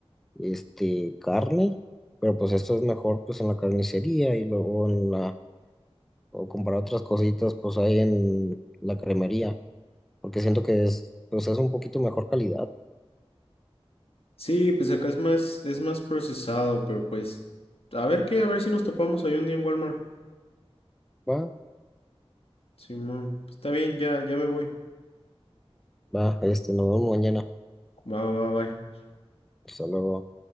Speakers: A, in the centre; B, on the left (about 70°).
A: este, carne, pero pues esto es mejor pues en la carnicería y luego en la o comprar otras cositas pues ahí en la cremería, porque siento que es, pues es un poquito mejor calidad.
B: Sí, pues acá es más, es más procesado, pero pues a ver qué, a ver si nos topamos ahí un día en Walmart.
A: Va,
B: Simón, pues, está bien, ya, ya me voy.
A: va, este, nos vemos mañana.
B: Va, va, va, bye.
A: Hasta luego.